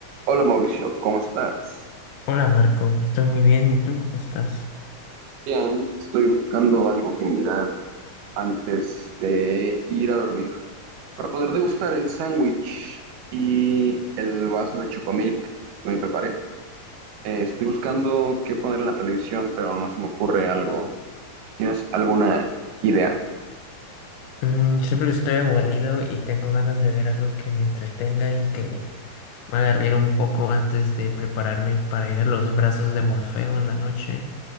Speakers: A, on the right (about 80°); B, on the left (about 75°).
A: Hola Mauricio, ¿cómo estás?
B: Hola Marco, estoy muy bien. ¿Y tú cómo estás?
A: Bien, estoy buscando algo que mirar antes de ir a dormir para poder degustar el sándwich y el vaso de chocomilk que me preparé. Eh, estoy buscando qué poner en la televisión, pero no se me ocurre algo. ¿Tienes alguna idea?
B: Mm, siempre que estoy aburrido y tengo ganas de ver algo que me entretenga y que me haga reír un poco antes de prepararme para ir a los brazos de Morfeo en la noche,